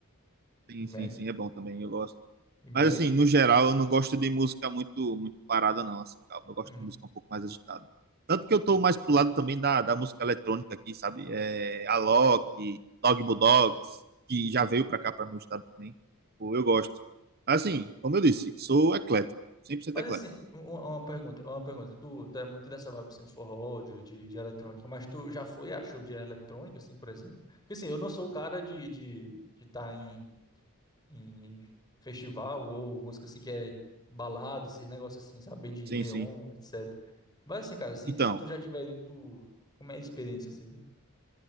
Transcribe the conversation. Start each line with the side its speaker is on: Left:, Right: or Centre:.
Right: sim,
Left: Imagine.
Right: sim, sim, é bom também, eu gosto.
Left: Imagine.
Right: Mas assim, no geral, eu não gosto de música muito muito parada, não, assim, calma. Eu gosto
Left: Uhum.
Right: de música um pouco mais agitada. Tanto que eu tô mais pro lado também da, da música eletrônica aqui, sabe? É, Alok, Dog Bulldogs, que já veio pra cá, pra meu estado também. Pô, eu gosto. Assim, como eu disse, sou eclético, 100%
Left: Mas
Right: eclético.
Left: assim, uma, uma pergunta, uma pergunta. Tu, tu é muito dessa vibe assim, de forró, de, de, de eletrônica, mas tu já foi a show de eletrônica, assim, por exemplo? Porque assim, eu não sou o cara de estar de, de tá em em festival ou música assim que é balada, esses negócios assim, saber de
Right: Sim,
Left: neon,
Right: sim.
Left: etc. Mas assim, cara, se,
Right: Então,
Left: se tu já tiver ido, tu... como é a experiência assim? velho?